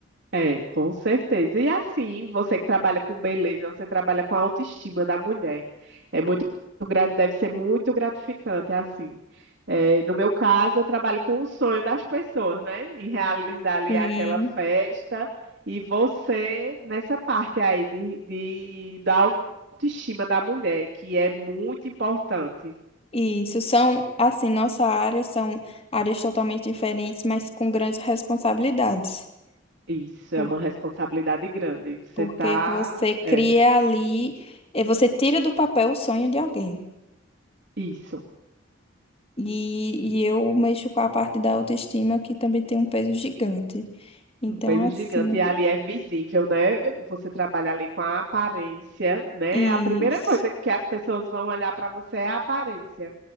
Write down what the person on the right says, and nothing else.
É, com certeza. E assim, você que trabalha com beleza, você trabalha com a autoestima da mulher. É muito gra- deve ser muito gratificante, é assim. É, no meu caso, eu trabalho com o sonho das pessoas, né? Em realizar ali
aquela festa. E você, nessa parte aí de, de, da autoestima da mulher, que é muito importante.
Isso,
é uma responsabilidade grande. Você
tá,
é,
isso.
Um peso
gigante. E ali é visível, né? Você trabalha ali com a aparência, né?
A primeira coisa que as pessoas vão olhar para você é a aparência.